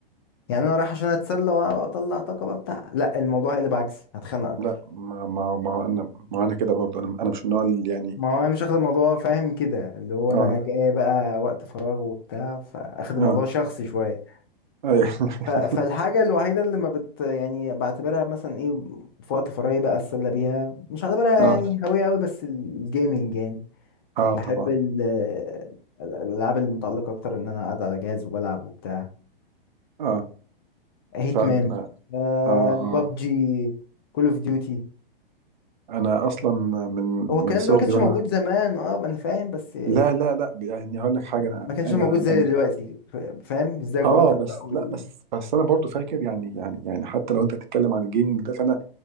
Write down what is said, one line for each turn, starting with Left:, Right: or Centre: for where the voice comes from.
Left: يعني انا رايح عشان اتسلى واطلع طاقه بقى بتاع لا الموضوع هيقلب عكسي هتخانق اكتر
Right: لا ما ما ما هو انا ما انا كده برضه انا انا مش من النوع اللي يعني
Left: ما هو انا مش اخد الموضوع فاهم كده اللي هو
Right: اه
Left: انا جاي بقى وقت فراغ وبتاع فاخد الموضوع
Right: اه
Left: شخصي شويه
Right: ايوه <laughs>
Left: فالحاجة الوحيدة اللي ما بت يعني بعتبرها مثلا ايه في وقت فراغي بقى اتسلى بيها مش هعتبرها
Right: اه
Left: يعني هواية قوي بس الجيمنج يعني
Right: اه
Left: بحب
Right: طبعا
Left: ال- ال- الألعاب المتعلقة أكتر إن أنا قاعد على جهاز وبلعب وبتاع
Right: اه
Left: هيتمان
Right: فعلا اه اه
Left: بابجي
Right: آه.
Left: كول اوف ديوتي
Right: انا اصلا من
Left: هو الكلام
Right: من صغري
Left: ده ما كانش
Right: وانا
Left: موجود زمان اه ما انا فاهم بس
Right: لا لا لا يعني هقول لك حاجه انا
Left: ما كانش
Right: انا
Left: موجود زي
Right: يعني
Left: دلوقتي ف- فاهم ازاي
Right: اه
Left: كنت
Right: بس
Left: بقى وال-
Right: لا بس بس انا برضو فاكر يعني يعني يعني حتى لو انت تتكلم عن الجيمنج ده فانا